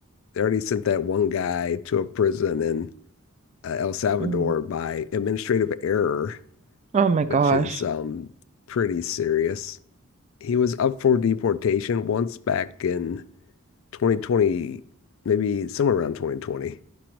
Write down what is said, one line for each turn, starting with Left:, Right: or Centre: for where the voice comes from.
Left: they already sent that one guy to a prison in uh, El Salvador
Right: Mm.
Left: by administrative error,
Right: Oh my
Left: which
Right: gosh.
Left: is um pretty serious. He was up for deportation once back in 2020, maybe somewhere around 2020.